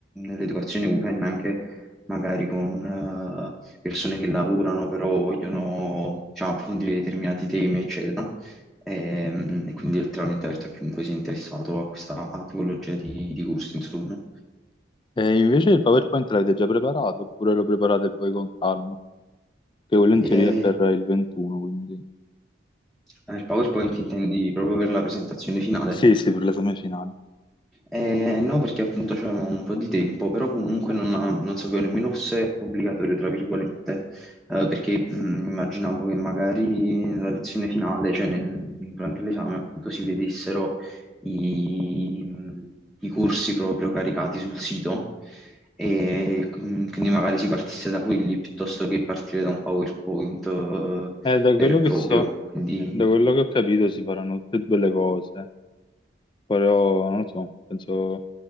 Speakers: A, in the centre; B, on the left (about 25°).
A: l'educazione open, anche magari con eh, persone che lavorano, però vogliono diciamo, approfondire determinati temi, eccetera. E, mh, e quindi è letteralmente aperto a chiunque sia interessato a questa tipologia di, di corsi, insomma.
B: E invece il PowerPoint l'avete già preparato oppure lo preparate poi con calma? Che quello in
A: E,
B: teoria è per il 21, quindi...
A: Ah, il PowerPoint intendi proprio per la presentazione finale?
B: Sì, sì, per l'esame finale.
A: Eh, no, perché appunto c'avevo un po' di tempo, però comunque non, non sapevo nemmeno se obbligatorio, tra virgolette, eh, perché mh, immaginavo che magari nella lezione finale, cioè nel- durante l'esame, appunto si vedessero i, i corsi proprio caricati sul sito e quin- quindi magari si partisse da quelli piuttosto che partire da un PowerPoint, eh,
B: Eh, da quello
A: vero e
B: che
A: proprio.
B: so,
A: Quindi...
B: da quello che ho capito si faranno tutte e due le cose, però non lo so, penso